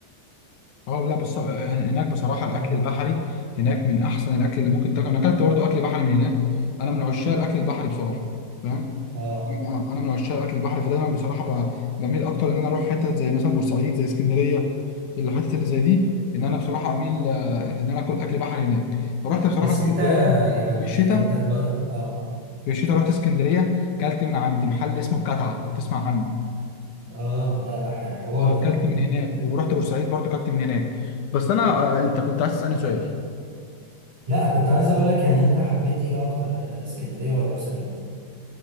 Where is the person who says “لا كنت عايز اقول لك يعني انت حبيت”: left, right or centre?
Right